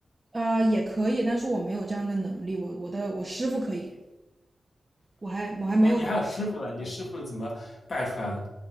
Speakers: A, on the right; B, on the left.
A: 啊呃也可以，但是我没有这样的能力，我我的我师傅可以，我还我还没有，
B: 哦，你还有师傅呢，你师傅怎么拜出来的？